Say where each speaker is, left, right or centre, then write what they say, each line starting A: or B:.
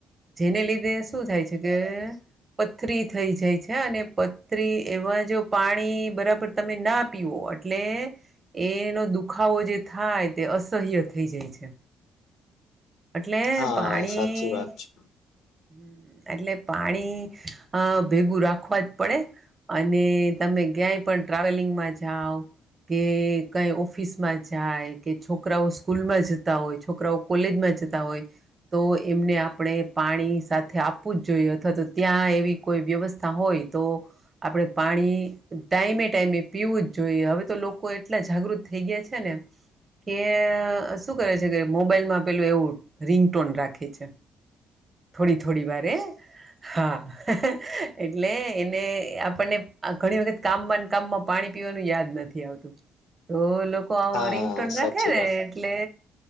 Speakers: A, on the right; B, on the left.
A: જેને લીધે શું થાય છે કે પથરી થઈ જાય છે અને પથરી એવા જો પાણી બરાબર તમે ના પીઓ એટલે એનો દુખાવો જે થાય તે અસહ્ય થઈ જાય છે એટલે
B: હા
A: પાણી
B: સાચી વાત
A: હ
B: છે
A: એટલે પાણી અ ભેગું રાખવા જ પડે અને તમે ક્યાંય પણ ટ્રાવેલિંગમાં જાઓ કે કઈ ઓફિસમાં જાય કે છોકરાઓ સ્કૂલ માં જતા હોય છોકરાઓ કોલેજમાં હોય તો એમને આપણે પાણી સાથે આપવું જ જોઈએ અથવા તો ત્યાં એવી કોઈ વ્યવસ્થા હોય તો આપણે પાણી ટાઈમે ટાઈમે પીવું જ જોઈએ હવે તો લોકો એટલા જાગૃત થઈ ગયા છે ને કે શું કરે છે કે મોબાઈલમાં પેલું એવું રિંગટોન રાખે છે થોડી થોડી વારે હા એટલે એને આપણને ઘણી વખત કામ બાંધકામમાં પાણી પીવાનું યાદ નથી આવ તો લોકો આવો
B: હા
A: રિંગોન
B: સાચી
A: રાખે ને
B: વાત
A: એટલે